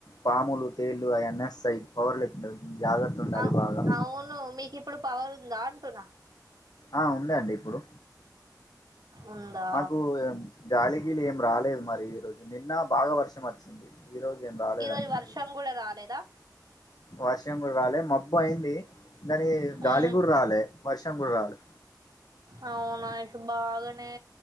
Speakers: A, on the left (about 65°); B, on the right (about 65°).
A: పాములు తేలు ఆయన్ని వస్తాయి పవర్లఫ్ లేకుండా జాగ్రత్త ఉండాలి
B: అవ్
A: బాగా
B: అవును మీకు ఇప్పుడు పవర్ ఉందా అంటున్న
A: ఆ ఉందా అండి ఇప్పుడు
B: ఉందా
A: నాకు గాలి గిలి ఏం రాలేదు మరి ఈ రోజు నిన్న బాగా వర్ష ర్షం వచ్చింది ఈ రజు ఏం రాలేదండి
B: ఈరోజు
A: మరి
B: వర్షం కూడా రాలేదా
A: వర్షం కూడా రాలే మబ్బు అయింది దని గాలి
B: ఉమ్
A: కూడా రాలే వర్షం కూడా రాలే
B: అవునా ఇ బాగానే